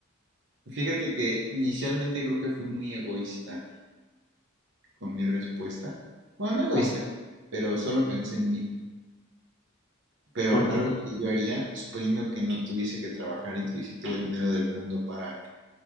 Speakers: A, on the right; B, on the left.
A: fíjate que inicialmente creo que fui muy egoísta con mi respuesta. Bueno, no egoísta,
B: ¿por,
A: pero solo pensé en mí. Pero
B: por qué?
A: algo que yo haría, suponiendo que no tuviese que trabajar y tuviese todo el dinero del mundo para